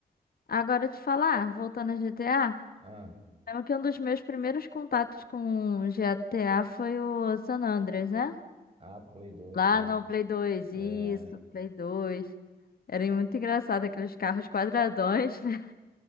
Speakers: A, on the left; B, on the right.
A: Agora te falar, voltando a GTA,
B: Ah,
A: lembro que um dos meus primeiros contatos com GTA foi o San Andreas, né?
B: ah, do Play 2,
A: Lá
B: né?
A: no Play dois
B: É.
A: isso, Play dois Era muito engraçado aqueles carros quadradões, né?